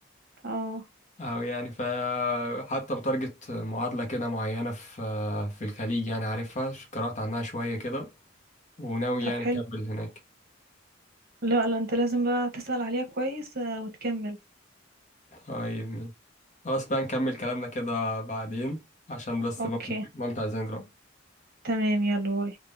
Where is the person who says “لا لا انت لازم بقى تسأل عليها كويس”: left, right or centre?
Right